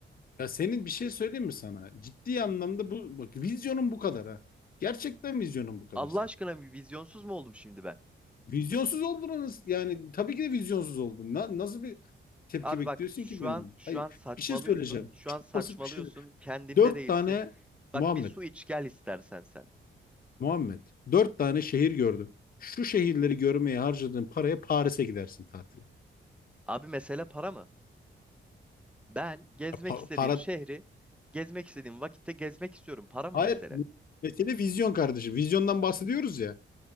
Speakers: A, on the left (about 45°); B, in the centre.
A: Ya senin bir şey söyleyeyim mi sana? Ciddi anlamda bu bak vizyonun bu kadar ha. Gerçekten vizyonun bu kadar
B: Allah
A: senin.
B: aşkına bir vizyonsuz mu oldum şimdi ben?
A: Vizyonsuz oldunuz yani tabii ki de vizyonsuz oldun. Na- nasıl bir tepki
B: Abi
A: bekliyorsun
B: bak şu
A: ki benim?
B: an şu
A: Hayır,
B: an saçmalıyorsun.
A: bir şey söyleyeceğim.
B: Şu
A: Çok
B: an saçmalıyorsun.
A: basit bir şey.
B: Kendinde
A: Dört
B: değilsin.
A: tane
B: Bak
A: Muhammed,
B: bir su iç gel istersen sen.
A: Muhammed. Dört tane şehir gördüm. Şu şehirleri görmeye harcadığın paraya Paris'e gidersin tatil.
B: Abi mesele para mı? Ben gezmek
A: Pa-
B: istediğim
A: para.
B: şehri gezmek istediğim vakitte gezmek istiyorum. Para mı
A: Hayır.
B: mesele?
A: Mesele vizyon kardeşim. Vizyondan bahsediyoruz ya.